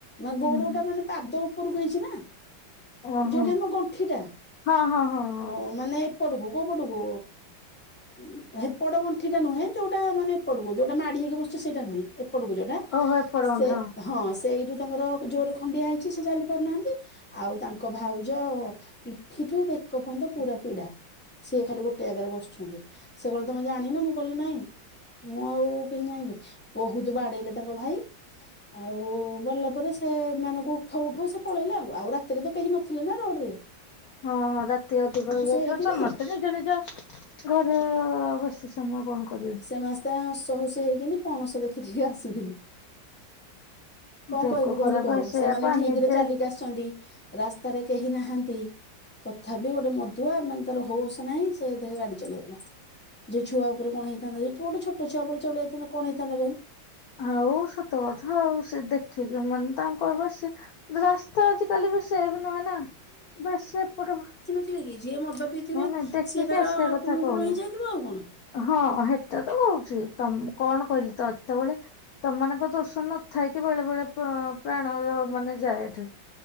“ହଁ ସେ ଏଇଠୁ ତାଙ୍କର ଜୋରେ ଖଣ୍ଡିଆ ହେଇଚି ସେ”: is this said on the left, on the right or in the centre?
Centre